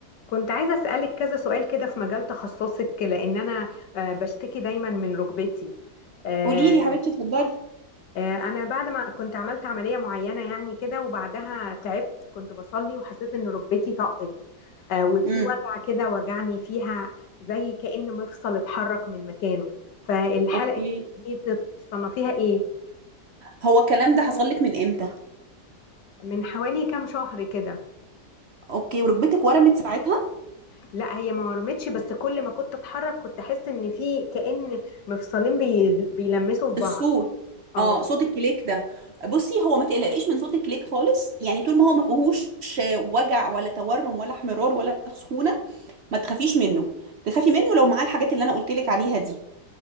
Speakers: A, on the left; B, on the right.
A: كنت عايزة أسألك كذا سؤال كده في مجال تخصصك لأن أنا آه، بشتكي دايما من ركبتي آه،
B: قولي لي يا حبيبتي اتفضلي
A: آه، أنا بعد ما كنت عملت عملية معينة يعني كده وبعدها تعبت كنت بصلي وحسيت إن ركبتي طقت آه، وفي
B: امم
A: وجع كده وجعني فيها زي كأن مفصل اتحرك من مكانه فالحلقة
B: اوكي
A: دي تصنفيها إيه؟
B: هو الكلام ده حصل لك من امتى
A: من حوالي كام شهر كده
B: اوكي وركبتك ورمت ساعتها
A: لا هي ما ورمتش بس كل ما كنت اتحرك كنت احس ان في كأن مفصلين بي... بيلمسوا في بعض
B: الصوت
A: اه
B: اه صوت الكليك ده بصي هو ما تقلقيش من صوت الكليك خالص يعني طول ما هو ما فيهوش وجع ولا تورم ولا احمرار ولا سخونه ما تخافيش منه تخافي منه لو معاه الحاجات اللي انا قلت لك عليها دي